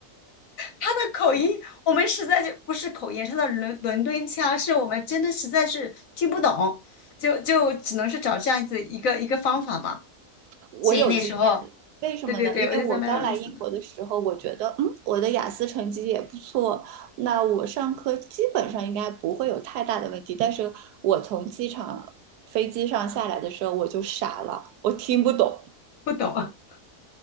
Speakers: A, on the left (about 65°); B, on the right (about 85°).
A: 他的口音，我们实在就不是口音，他的伦伦敦腔是我们真的实在是听不懂，就就只能是找这样子一个一个方法嘛。
B: 我有经验，
A: 所以那时候，
B: 为什么呢？
A: 对对对，
B: 因为我刚来英国的时候，
A: 我就觉得蛮有意思的，
B: 我觉得，嗯，我的雅思成绩也不错，那我上课基本上应该不会有太大的问题。但是我从机场飞机上下来的时候，我就傻了，我听不懂，
A: 不懂。<laughs>